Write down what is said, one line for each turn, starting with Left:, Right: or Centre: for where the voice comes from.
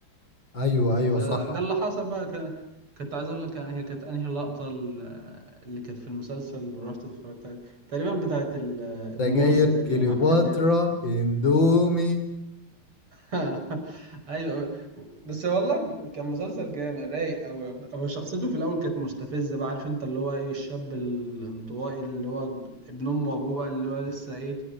Left: ايوه ايوه
Right: فده
Left: صح
Right: اللي حصل بقى ك... كنت عايز اقول لك هي كانت انهي لقطه ال- اللي كانت في المسلسل اللي رحت اتفرجت عليها؟ تقريبا بتاعت ال- الموز
Left: سجاير
Right: تقريبا
Left: كليوباترا
Right: أح- اللي
Left: اندومي
Right: <laughs> ايوه بس والله كان مسلسل جامد رايق او هو شخصيته في الاول كانت مستفزه بقى عارف انت اللي هو ايه الشاب الانطوائي اللي هو ابن امه وابوه بقى اللي هو لسه ايه